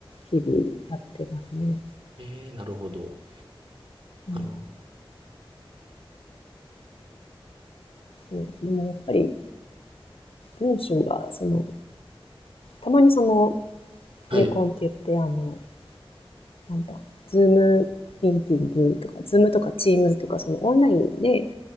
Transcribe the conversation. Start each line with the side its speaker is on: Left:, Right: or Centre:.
Left: 日々やってますね。
Right: えー、なるほど。
Left: うん
Right: なるほど。
Left: うん、でもやっぱり、文章が、その、たまにその、
Right: はい。
Left: テレコンって言って、あの、なんだ、ズームミーティングとか、ズームとかチームズとか、そのオンラインで、